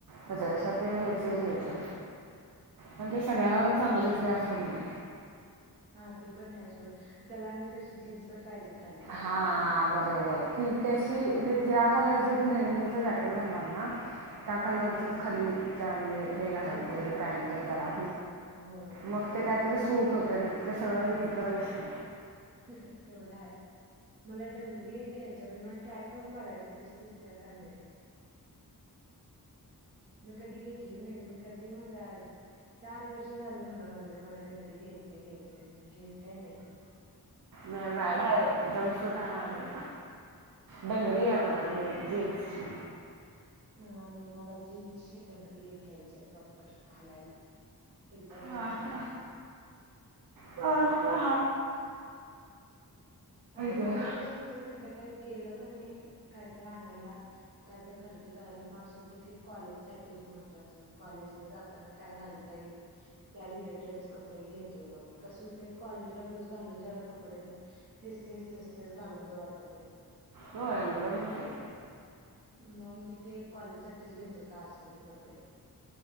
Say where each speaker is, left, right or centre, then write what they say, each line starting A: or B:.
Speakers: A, on the right; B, on the right.
A: त्याच्यापेक्षा ते
B: भारी
A: ह्याचे
B: दिसतोय
A: घ्यायचे
B: ग
A: पण ते सगळ्या चांगलं दिसते. अस नाही.
B: हा ते पण आहे सोड त्याला आणि तशी जीन्स पण पाहिजे. खाली चांगली
A: हा बरोबर की तशी म्हणजे. कलरचे तू डेनिनच जॅकेट घालणार ना त्या कलरचच खाली म्हजे, हे घालायला
B: जीन्स
A: पाहिजे
B: लागत्या
A: पॅन्ट जरा
B: होय
A: मग
B: तेवढं
A: ते कायतरी
B: हाय
A: सूट होत. ते सगळं विचित्र दिसत.
B: तेवढा आहे. मला डंगरी एक घ्यायच्या म्हणजे मला ट्राय करून बघायच्या कशी दिसतेय काय माहित. मी कधी घेतली नाही मी कधी म्ह चार वर्ष झालं म्हणा लागलं मला डंगरी घेत घ्यायच घ्यायच्या घेत काय नाही.
A: माझ्याकडे हाय बाई, एकदम सूट आहे. डंगरी आहे माझ्याकडे जीन्सची.
B: आणि मला जीन्सची डंगरी एक घ्यायची आहे प्रॉपर घालायला. एकदा घ्यायची
A: हाक
B: आता बघू
A: हाका
B: आता
A: ग
B: माझं कसं होतं माहित हाय काय? गेलं का नाही काहीत आणायला काहीत खरेदी करायला मा असूते की कॉलेज साठी, महत्वाच कॉलेजला जाताना काय घालता येईल त्या रिलेटेडच कपडे घेतोय मग मी, कसं ते कॉलेजला रोज घालून जायला कपडे, तेच तेच तेस तेच घालून जो वाटत नाही.
A: हो बरोबरच
B: मग मी ते कॉलेजसाठीच घेतोय का असेल ते कपडे,